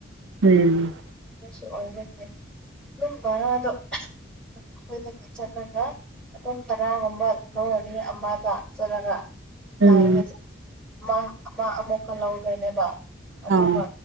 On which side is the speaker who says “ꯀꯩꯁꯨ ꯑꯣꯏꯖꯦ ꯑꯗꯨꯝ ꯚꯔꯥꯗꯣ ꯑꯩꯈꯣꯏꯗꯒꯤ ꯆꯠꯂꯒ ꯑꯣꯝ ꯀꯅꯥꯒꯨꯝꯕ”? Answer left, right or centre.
Centre